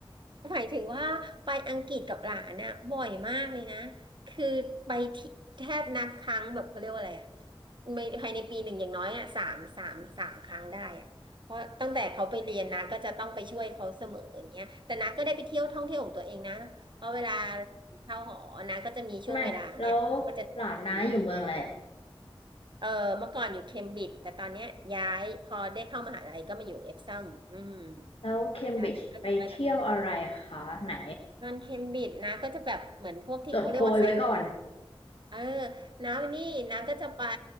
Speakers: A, on the right; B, on the left.
A: หมายถึงว่าไปอังกฤษกับหลานนะบ่อยมากเลยนะคือไปที่แทบนับครั้งแบบเขาเรียกว่าอะไรอะไม่ภายในปีหนึ่งอย่างน้อยอะสามสามสามครั้งได้อะเพราะตั้งแต่เขาไปเรียนนะก็จะต้องไปช่วยเขาเสมออย่างเงี้ยแต่นะก็ได้ไปเที่ยวท่องเที่ยวของตัวเองนะเพราะเวลาเข้าหอนะก็จะมีช่วงเวลาเนี้ยก็จะ
B: ใช่ไหม แล้วหลานน้าอยู่เมืองอะไร
A: นู่นนี่นนเออเมื่อก่อนอยู่เคมบริดจ์แต่ตอนเนี้ยย้ายพอได้เข้ามหาลัยก็มาอยู่เอฟซัมอืม
B: แล้วเคมบริดจ์ไปเที่ยวอะไรคะไหน
A: ใช่ก็อยู่ใกล้ลอนดอน นอนเคมบริดจ์นะก็จะแบบเหมือนพวกที่เขาเรียกว่าไซต์
B: จดโพยไว้ก่อน
A: เออน้านี่น้าก็จะไป